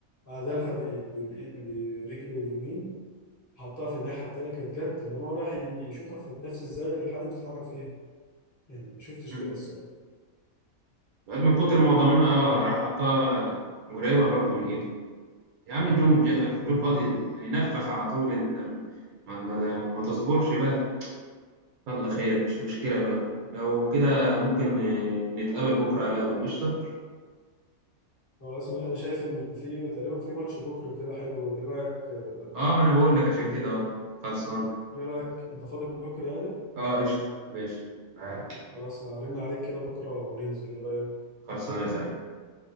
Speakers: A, on the left; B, on the right.
A: عزلها بال- بالإيد برجله اليمين حطها في الناحية التانية كانت جت إنما هو راح يشوطها في نفس الزاوية اللي الحارس بيتحرك فيها يعني ما شفتش
B: امم
A: كده الصراحة
B: من كتر ما هو ضامنها اه راح حطها قريبه برضه من ايده يا عم الجون جا-
A: مم.
B: الجون فاضي يعني نفخ على طول انت م- ما, ما, ما تصبرش بقى يلا خير مش مشكلة بقى لو كده ممكن آه، نتقابل بكرة على القهوة قشطة
A: خلاص مثلا أنا شايف إن في تقريبا في ماتش بكرة كده حلو إيه رأيك آه،
B: اه ما انا بقول لك عشان
A: أكلم
B: كده اه خلصان
A: إيه رأيك أنت فاضي بكرة يعني؟
B: اه قشطة ماشي معاك
A: خلاص هرن عليك كده بكرة وننزل إيه رأيك؟
B: خلصان يا زعيم